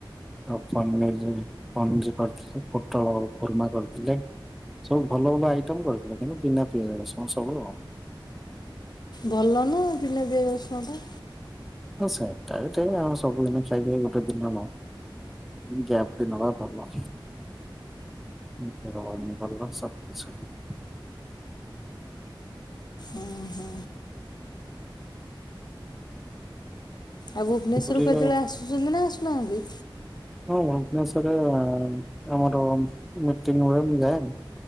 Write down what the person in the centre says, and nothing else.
ଆଉ ପନିର ପନିର କରିଥିଲେ ପୋଟଳ କୁର୍ମା କରିଥିଲେ। ସବୁ ଭଲ ଭଲ ଆଇଟମ କରିଥିଲେ କିନ୍ତୁ ବିନା ପିଆଜ ରସୁଣ ସବୁ ଆଉ।
ହଁ ସେଇଟା ବି ଠିକ୍ ଆଉ ସବୁଦିନ ଖାଇ ଖାଇ ଗୋଟେ ଦିନ ନ ହୋଊ। ଗ୍ୟାପ ଟେ ନବା ଭଲ। <unintelligible>
ପୁରୀରେ
ହଁ ଭୁବନେଶ୍ଵର ଆମର ମିଟିଂ ବେଳେ ମୁଁ ଯାଏ।